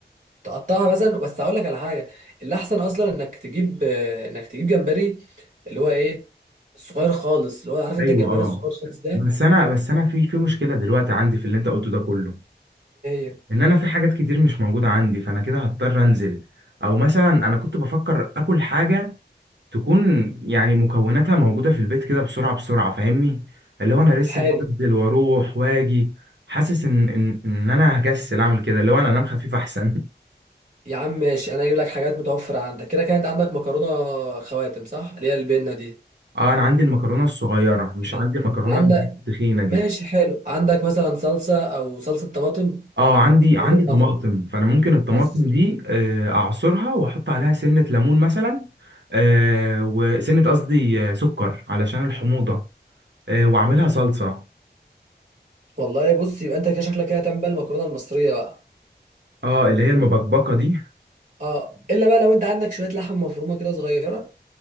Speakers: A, on the right (about 45°); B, on the right (about 80°).
A: تقطعها مثلا بس هقول لك على حاجه اللي احسن اصلا انك تجيب آه، انك تجيب جمبري اللي هو ايه صغير خالص اللي هو عارف انت
B: ايوه
A: الجمبري
B: اه
A: الصغير خالص ده
B: بس انا بس انا في في مشكله دلوقتي عندي في اللي انت قلته ده كله
A: ايه هي؟
B: ان انا في حاجات كتير مش موجوده عندي فانا كده هضطر انزل او مثلا انا كنت بفكر اكل حاجه تكون يعني مكوناتها موجودة في البيت كده بسرعة بسرعة فاهمني اللي هو أنا لسه
A: حالي
B: هنزل وأروح وأجي حاسس إن إن إن أنا هكسل أعمل كده اللي هو أنا أنام خفيف أحسن
A: يا عم ماشي انا هجيب لك حاجات متوفره عندك كده كده انت عندك مكرونه خواتم صح اللي هي البنه دي
B: <laughs> أه أنا عندي المكرونة الصغيرة مش
A: حلو.
B: عندي المكرونة
A: عندك
B: اللي هي التخينة دي
A: ماشي حلو عندك مثلا صلصه او صلصه طماطم
B: أه عندي عندي
A: طماطم
B: طماطم
A: معصوب
B: فأنا ممكن الطماطم
A: بس
B: دي آه، أعصرها وأحط عليها سنة ليمون مثلا آه، وسنة قصدي آه، سكر علشان الحموضة آه، وأعملها صلصة
A: والله بص يبقى انت كده شكلك كده هتعمل بقى المكرونه المصريه بقى
B: أه اللي هي المبكبكة دي
A: اه الا بقى لو انت عندك شويه لحمه مفرومه كده صغيره